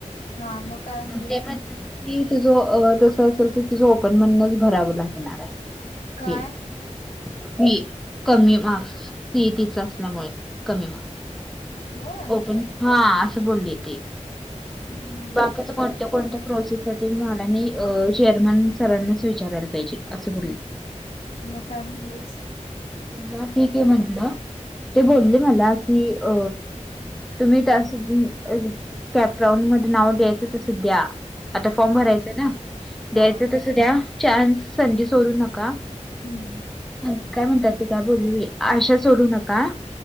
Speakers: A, on the left; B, in the centre.
A: हा मग काय म्हणले
B: ते म्हणतात की तुझ तस असेल त, तुझं ओपन मधनं भरावं लागणार आहे.
A: काय
B: फी फी कमी मार्क्स. सीईटीच असल्यामुळे कमी मार्क्स
A: होय
B: ओपन हा असं बोलली ती.
A: <inaudible>
B: बाकीच कोणत्या, कोणत्या प्रोसेससाठी म्हणा नही अ चेअरमॅन सरांनाच विचारायला पाहिजे असं बोलली.
A: मग काय म्हणलेस?
B: गा ठीक आहे म्हंटलं. ते बोलले मला की अ तुम्ही त्या असं कॅपराऊड म नाव द्यायचं तस द्या आता फॉर्म
A: हा
B: भरायच ना द्यायचं
A: हा
B: त स द्या चान्स संधी सोडू नका.
A: हूं!
B: आणि काय म्हणतात ते काय बोलले आशा सोडू नका